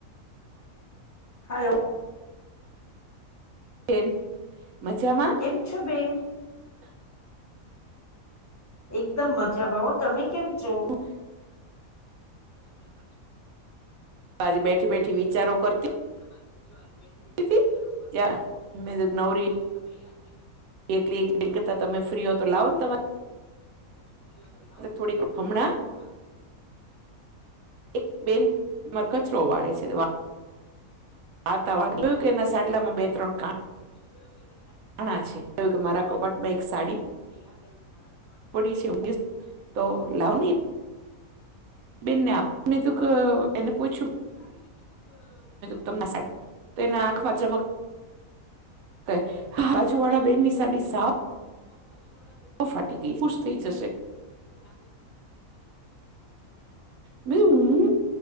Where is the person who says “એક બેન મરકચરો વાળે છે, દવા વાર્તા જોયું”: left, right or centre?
Right